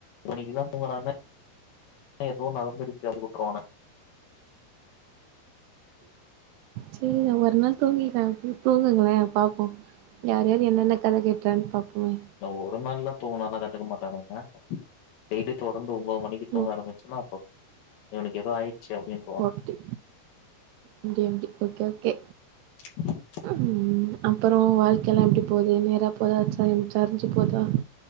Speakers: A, on the left; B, on the right.
A: மணிக்கெல்லா தூங்குனா தா எதோ நடந்துருக்கு அப்டின்னு விட்ருவானுங்க
B: சேரி நா ஒரு நாள் தூங்கிகுறே அப்டி தூங்குங்களே பாப்போ யார் யார் என்னென்ன கத கட்றான்னு பாப்பமே
A: இந்த ஒரு நாள்லா தூங்குனால்லா கண்டுக்க மாட்டாங்க டெய்லி தொடர்ந்து ஒன்பது மணிக்கு தூங்க
B: ஓ
A: ஆரம்பி ச்சன்னா அப்ப இவனுக்கு ஏதோ ஆயிடுச்சு அப்டின்
B: போட்டி இப்டி இப்டி ஓகே ஓகே
A: <unintelligible>
B: ம் அப்புறோ வாழ்க்க எல்லா எப்டி போது நேரா போதா ச சரிஞ்சு போதா